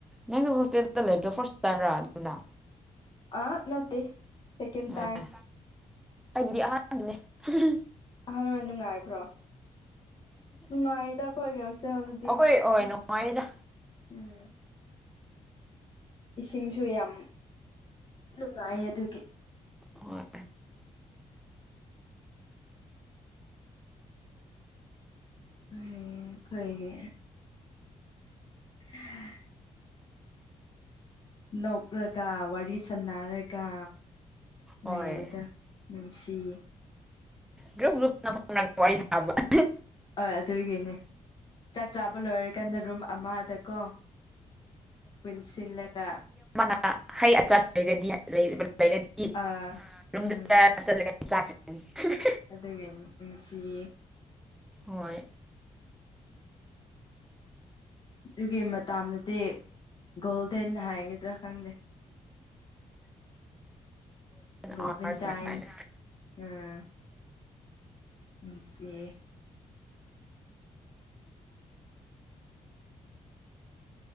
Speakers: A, in the centre; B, on the left.
A: ꯅꯪꯁꯨ ꯍꯣꯁꯇꯦꯜꯗ ꯂꯩꯕꯗꯣ ꯐꯥꯔ꯭ꯁ <unintelligible> ꯔꯥ ꯑꯗꯨꯅ
B: ꯑꯍꯥ ꯅꯠꯇꯦ ꯁꯦꯀꯦꯟ ꯇꯥꯏꯝ
A: ꯑꯦ ꯑꯩꯒꯤꯗꯤ ꯑꯍꯥꯟꯕꯅꯦ ꯍꯦ ꯍꯦ
B: ꯑꯍꯥꯟꯕ ꯅꯨꯡꯉꯥꯏꯕ꯭ꯔꯣ ꯅꯨꯡꯉꯥꯏꯗ ꯑꯈꯣꯏꯒꯤ ꯍꯣꯁꯇꯦꯜꯗꯨꯗꯤ
A: ꯑꯩꯈꯣꯏ ꯍꯣꯏ
B: ꯑꯗꯨꯝ
A: ꯅꯨꯡꯉꯥꯏꯗ
B: ꯎꯝ ꯏꯁꯤꯡꯁꯨ ꯌꯥꯝ ꯅꯨꯡꯉꯥꯏꯌꯦ ꯑꯗꯨꯒꯤ
A: ꯍꯣꯏ
B: ꯎꯝ ꯀꯩꯒꯤ ꯍ ꯅꯣꯛꯔꯛ ꯀ ꯋꯥꯔꯤ ꯁꯥꯟꯅꯔꯒ ꯅꯩꯕꯗꯨ
A: ꯍꯣꯏ
B: ꯅꯨꯡꯁꯤꯌꯦ
A: ꯒ꯭ꯔꯨꯞ ꯒ꯭ꯔꯨꯞ ꯋꯥꯔꯤ ꯁꯥꯕ <unintelligible>
B: ꯍꯣꯏ ꯑꯗꯨꯒꯤꯅꯤ ꯆꯥꯛ ꯆꯥꯕ ꯂꯣꯏꯔꯀꯥꯟꯗ ꯔꯨꯝ ꯑꯃꯗꯀꯣ ꯄꯨꯟꯁꯤꯜꯂꯒ
A: ꯑꯥ ꯍꯩ ꯑꯆꯥꯔ ꯂꯩꯔꯗꯤ ꯂꯩꯔꯗꯤ
B: ꯑꯥ
A: ꯔꯨꯝꯗ
B: ꯎꯝ
A: ꯆꯥꯔ ꯆꯠꯂꯒ ꯆꯥꯈꯔꯅꯤ <unintelligible>
B: ꯑꯗꯨꯒꯤ ꯅꯨꯡꯁꯤꯌꯦ
A: ꯍꯣꯏ
B: ꯑꯗꯨꯒꯤ ꯃꯇꯥꯝꯗꯨꯗꯤ ꯒꯣꯜꯗꯦꯟ ꯍꯥꯏꯒꯗ꯭ꯔꯥ ꯈꯪꯗꯦ ꯒꯣꯜꯗꯟ
A: ꯑꯥꯋꯥꯔꯁ
B: ꯇꯥꯏꯝꯁ
A: ꯀꯥꯏꯅ
B: ꯎꯝ ꯅꯨꯡꯁꯤꯌꯦ